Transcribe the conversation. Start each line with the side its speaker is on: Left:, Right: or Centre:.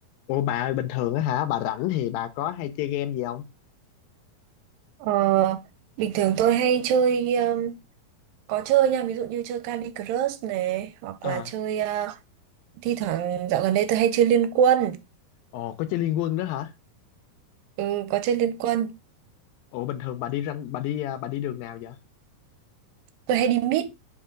Left: Ủa bà ơi bình thường á hả bà rảnh thì bà có hay chơi game gì không?
Right: Ờ, bình thường tôi hay chơi um, có chơi nha ví dụ như chơi Candy Crush này hoặc
Left: À
Right: là chơi uh, thi thoảng dạo gần đây tôi hay chơi Liên Quân
Left: ồ có chơi Liên Quân đó hả?
Right: ừ, có chơi Liên Quân
Left: Ủa bình thường bà đi ranh bà đi à, bà đi đường nào vậy?
Right: tôi hay đi mid